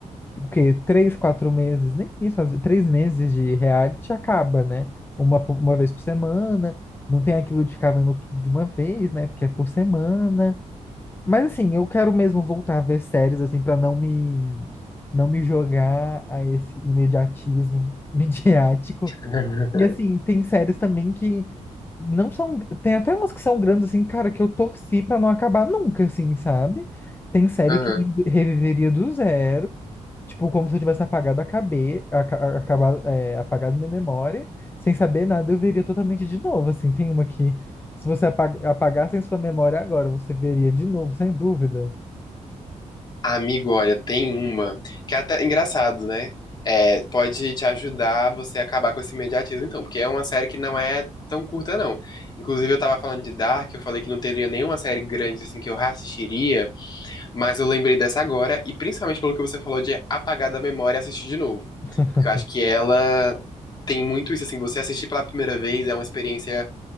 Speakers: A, on the left; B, on the left.
A: o quê? Três, quatro meses, nem isso, às vezes, três meses de reality acaba, né? Uma, po- uma vez por semana, não tem aquilo de ficar vendo tudo de uma vez, né? Porque é por semana. Mas assim, eu quero mesmo voltar a ver séries assim para não me não me jogar a esse imediatismo <laughs> midiático.
B: <laughs>
A: E assim, tem séries também que não são, tem até umas que são grandes assim, cara, que eu torci pra não acabar nunca assim, sabe? Tem série
B: Aham.
A: que reviveria do zero. Tipo, como se eu tivesse apagado a cabe... aca- a- acabado, é, apagado minha memória, sem saber nada, eu veria totalmente de novo. Assim, tem uma que, se você apa- apagasse em sua memória agora, você veria de novo, sem dúvida.
B: Amigo, olha, tem uma que é até engraçado, né? É, pode te ajudar você a acabar com esse imediatismo, então, porque é uma série que não é tão curta, não. Inclusive, eu tava falando de Dark, eu falei que não teria nenhuma série grande assim que eu reassistiria, mas eu lembrei dessa agora, e principalmente pelo que você falou de apagar da memória e assistir de novo.
A: <laughs>
B: Porque eu acho que ela tem muito isso, assim, você assistir pela primeira vez é uma experiência